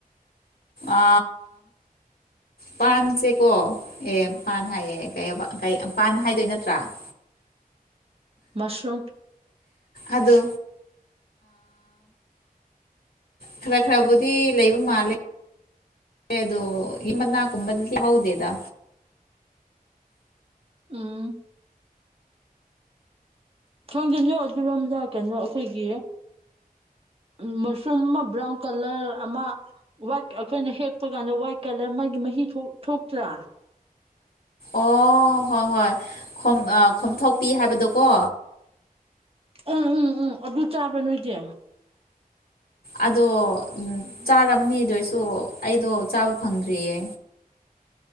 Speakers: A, on the left; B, on the right.
A: ꯑ ꯄꯥꯟꯁꯦꯀꯣ ꯑꯦ ꯄꯥꯟ ꯍꯥꯏꯌꯦ ꯀꯩꯑꯕ ꯄꯥꯟ ꯍꯥꯏꯗꯣꯏ ꯅꯠꯇ꯭ꯔꯥ <inaudible>
B: ꯃꯁꯔꯨꯝ
A: ꯑꯗꯣ ꯈꯔ ꯈꯔꯕꯨꯗꯤ ꯂꯩꯕ ꯃꯥꯜꯂꯦ ꯋꯦ ꯑꯗꯣ ꯏꯃꯅꯥꯀꯨꯕꯗꯨꯗꯤ ꯍꯧꯗꯦꯗ
B: ꯎꯝ ꯈꯪꯗꯦ ꯅꯣꯢ ꯑꯗꯨꯔꯣꯝꯗ ꯀꯩꯅꯣ ꯑꯩꯈꯣꯏꯒꯤ ꯎꯝ ꯃꯁꯔꯨꯝ ꯃꯥ ꯕ꯭ꯔꯥꯎꯟ ꯀꯂꯔ ꯑꯃ ꯋꯥꯏꯠ ꯑꯩꯈꯣꯏꯅ ꯍꯦꯛꯞꯄ ꯀꯥꯟꯗ ꯋꯥꯏꯠ ꯀꯂꯔ ꯑꯃꯒꯤ ꯃꯍꯤ ꯊꯣꯛꯇ꯭ꯔꯥ
A: ꯑꯣ ꯍꯣꯏ ꯍꯣꯏ ꯈꯣꯝ ꯈꯣꯝꯊꯣꯛꯄꯤ ꯍꯥꯏꯕꯗꯣꯀꯣ
B: ꯎꯝ ꯎꯝ ꯎꯝ ꯑꯗꯨ ꯆꯥꯕ꯭ꯔꯥ ꯅꯣꯏꯗꯤ
A: ꯑꯗꯣ ꯆꯥꯝꯔꯝꯅꯤ ꯗꯨꯑꯣꯏꯁꯨ ꯑꯩꯗꯣ ꯆꯥꯕ ꯐꯪꯗ꯭ꯔꯤꯌꯦ